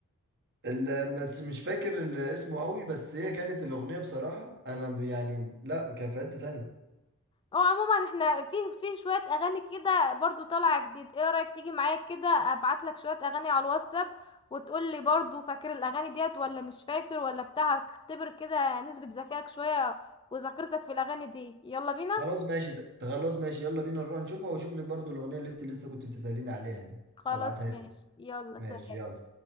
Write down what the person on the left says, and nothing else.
اه عموما احنا في في شوية اغاني كده برضو طالعة جديد ايه رأيك تيجي معايا كده ابعت لك شوية اغاني على الواتساب وتقول لي برضو فاكر الاغاني ديت ولا مش فاكر ولا بتاع اختبر كده نسبة ذكائك شوية وذاكرتك في الاغاني دي يلا بينا
خلاص
ماشي
يلا
سلام